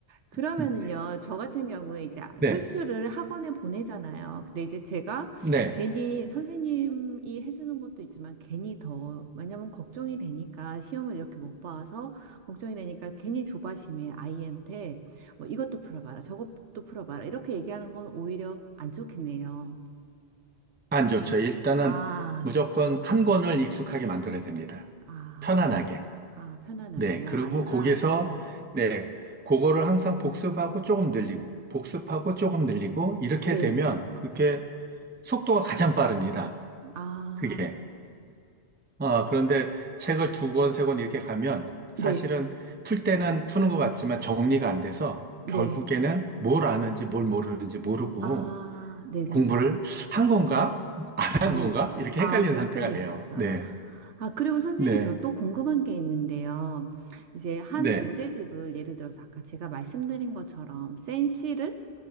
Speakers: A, on the right (about 80°); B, on the right (about 15°).
A: 그러면은요,
B: <laughs> 음.
A: 저 같은 경우에 이제
B: 네.
A: 철수를 학원에 보내잖아요. 근데 이제 제가
B: 네.
A: 괜히 선생님이 해주는 것도 있지만 괜히 더, 왜냐면 걱정이 되니까 시험을 이렇게 못 봐서 걱정이 되니까 괜히 조바심에 아이한테 뭐 이것도 풀어봐라, 저것도 풀어봐라 이렇게 얘기하는 건 오히려 안 좋겠네요.
B: 안 좋죠. 일단은
A: 아,
B: 무조건
A: 네, 네,
B: 한
A: 네.
B: 권을 익숙하게 만들어야 됩니다.
A: 아,
B: 편안하게.
A: 아, 편안하게요.
B: 네, 그리고
A: 아이가,
B: 거기서,
A: 음,
B: 네, 그거를 항상 복습하고 조금 늘리고, 복습하고 조금 늘리고, 이렇게
A: 네.
B: 되면 그게 속도가 가장 빠릅니다.
A: 아,
B: 그게. 아, 그런데 책을 두 권, 세 권 이렇게 가면 사실은
A: 네,
B: 풀 때는 푸는 것 같지만 정리가 안 돼서
A: 네.
B: 결국에는 뭘 아는지 뭘 모르는지 모르고
A: 아, 네, 네,
B: 공부를
A: 네.
B: 한 건가? <laughs> 안
A: 만,
B: 한 건가?
A: 어,
B: 이렇게
A: 아,
B: 헷갈리는
A: 그렇게
B: 상태가
A: 헷갈릴
B: 돼요.
A: 수 있어요.
B: 네,
A: 아, 그리고 선생님,
B: 네,
A: 저 또 궁금한 게 있는데요. 이제 한
B: 네,
A: 문제집을 예를 들어서 아까 제가 말씀드린 것처럼 센 시를